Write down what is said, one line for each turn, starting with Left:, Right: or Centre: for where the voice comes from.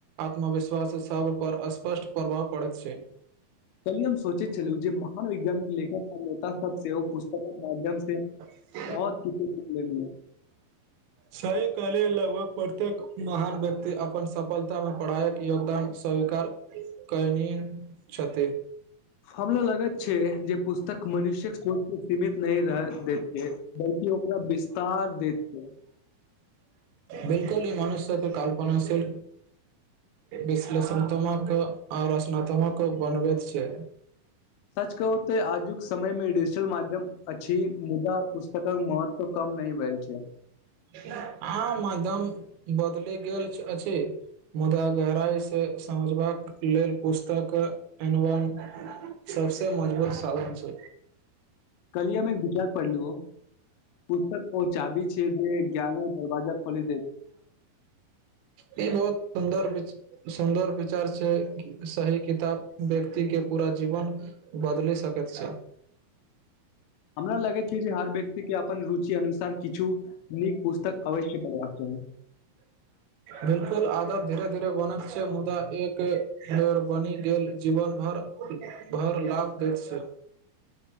Right: आत्मविश्वास सब पर अस्पष्ट प्रभाव पड़ैत छै
Left: कल्हि हम सोचैत छलहुँ जे महान वैज्ञानिक लेखक आ नेता सब सेहो पुस्तकक माध्यम से
Right: <inaudible>
Left: बहुत किछु सिखलनि ये
Right: सही कहलिय लगभग प्रत्येक महान व्यक्ति अपन सफलता मे पढ़ाईक योगदान सब स्वीकार कनि छथि
Left: हमरा लगैत छै जे पुस्तक मनुष्य्यक सोच के सीमित नहि रह दैत छै बल्कि ओकरा विस्तार दैत छै
Right: बिलकुल ई मनुष्य के कल्पना से विश्लेषात्मक आ रचनात्मक बनबैत छै
Left: सच कहूं त आजुक समय में डिजिटल माध्यम एकदम अछि मुदा पुस्तकक महत्व कम नहीं भेल छै
Right: <unintelligible> बदलि गेल अछि मुदा गहराई सँ समझबाक लेल पुस्तक क एनवन सबसे मजबूत साधन छै
Left: कलियामे एक विचार पढ़लू हो पुस्तक ओ चाबी छै जे ज्ञानक दरवाजा खोले दे
Right: ई बहुत सुन्दर विच सुन्दर विचार से सही किताब व्यक्ति के पूरा जीवन बदले सकेत छै
Left: हमरा लगै छै जे हर व्यक्ति के अपन रुचि अनु किछु नीक पुस्तक अवश्ये पढ़बाक चाही
Right: बिलकुल धीरे धीरे बनल छै मुदा एक मेयर बनि गेल जीवन भर भर पर लाभ देत छै